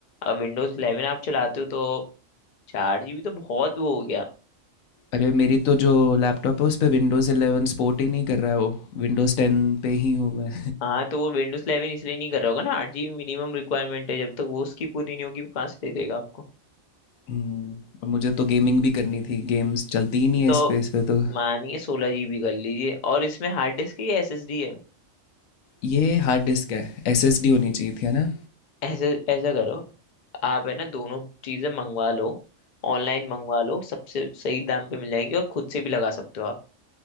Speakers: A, on the left (about 50°); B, on the left (about 85°).
A: अब विंडोज इलेवन आप चलाते हो तो चार जीबी तो बहुत वो हो गया
B: अरे मेरी तो जो लैपटॉप है उस पे विंडोज़ 11 सपोर्ट ही नहीं कर रहा है वो विंडोज़ 10 पे ही हूँ मैं
A: हाँ तो वो विंडोज इलेवन इसलिए नहीं कर रहा होगा ना आठ जीबी मिनिमम रिक्वायरमेंट है जब तक वो उसकी पूरी नहीं होगी वो कहाँ से दे देगा आपको
B: हम्म, और मुझे तो गेमिंग भी करनी थी गेम्स चलती ही नहीं है
A: तो
B: इस पे इस पे तो
A: मानिए सोलह जीबी कर लीजिए और इसमें हार्ड डिस्क है या एसएसडी है
B: ये हार्ड डिस्क है एसएसडी होनी चाहिए थी है ना
A: ऐसे ऐसा करो आप है ना दोनों चीजें मंगवा लो ऑनलाइन मंगवा लो सबसे सही दाम पे मिल जाएंगी और खुद से भी लगा सकते हो आप